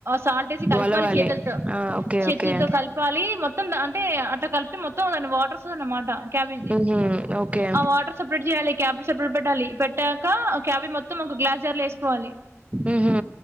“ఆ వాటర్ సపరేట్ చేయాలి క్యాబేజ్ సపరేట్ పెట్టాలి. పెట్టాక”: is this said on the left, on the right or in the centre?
Right